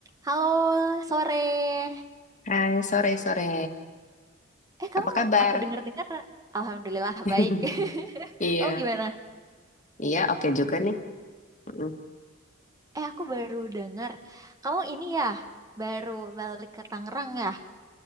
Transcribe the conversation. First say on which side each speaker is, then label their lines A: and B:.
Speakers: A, on the right; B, on the left.
A: Halo, sore.
B: Hai, sore-sore.
A: Eh, kamu,
B: Apa kabar?
A: aku dengar-dengar, alhamdulillah
B: <laughs>
A: baik. <laughs>
B: Iya,
A: Kamu gimana?
B: iya, oke juga nih. Mm.
A: Eh, aku baru dengar, kamu ini ya, baru balik ke Tangerang ya.